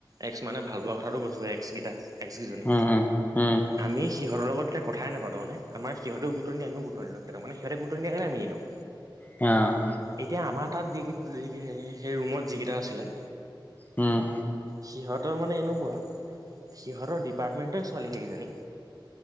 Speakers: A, on the right; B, on the left.
A: এক্স মানে ভালপোৱা কথাটো কৈছোঁ এক্সকেইটা এক্সকেইজনী
B: উম উম উম
A: আমি সিহঁতৰ লগত এতি কথাই নাপাতো মানে আমাৰ সিহঁতেও গুৰুত্ব নিদিয়ে আমিও গুৰুত্ব নিদিওঁ। সিহঁতে গুৰুত্ব নিদিয়ে কাৰণে আমি নিদিওঁ।
B: অ'।
A: এতিয়া আমাৰ তাত <unintelligible> সেই ৰুমত যিকেইটা আছিলে।
B: উম।
A: সিহঁতৰ মানে এনেকুৱা, সিহঁতৰ ডিপাৰ্টমেণ্টৰ ছোৱালী সেইকেইজনী